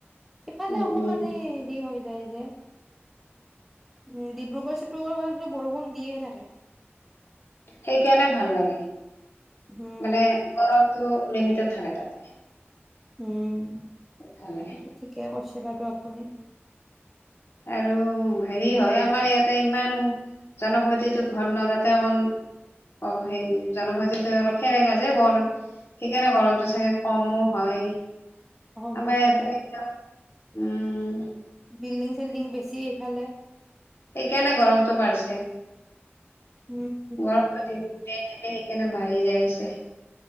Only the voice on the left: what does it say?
উম
উম
সেইকাৰণে ভাল লাগে
মানে গৰম। তো লিমিতেড থাকে তাতে।
ভালে
আৰু হেৰি হয় আমাৰ ইয়াতে ইমান। জনবসতিটো ঘন ন তাতে অকন অ সেই জানোত অলপ খেনে গা যে বৰ। সেইকাৰণে গৰমতো চাগে কমো হয়
আমাৰ
ইয়াতে উম
সেইকাৰণে গৰমটো বাঢ়ছে
গৰমটো দিন সেইকাৰণে বাঢ়ি যাই আছে